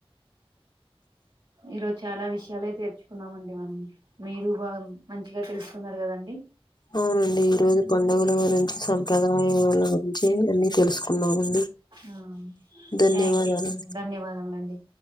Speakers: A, on the right; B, on the left.
A: ఈరోజు చాలా విషయాలే తెర్చుకున్నామండి మనం మీరు బాగా మంచిగా తెలుసుకున్నారు కదండి
B: అవునండి ఈ రోజు పండుగల గురించి సంప్రదాయల గురించి అన్నీ తెలుసుకున్నామండి
A: ఆ
B: ధన్యవాదాలు
A: థాంక్యూ అండి ధన్యవాదములండి